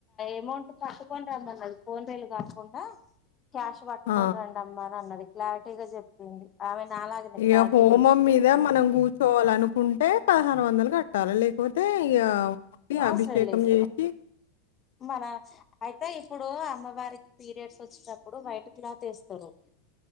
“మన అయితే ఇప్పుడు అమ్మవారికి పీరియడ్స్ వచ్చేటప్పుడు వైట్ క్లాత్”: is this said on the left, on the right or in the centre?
Left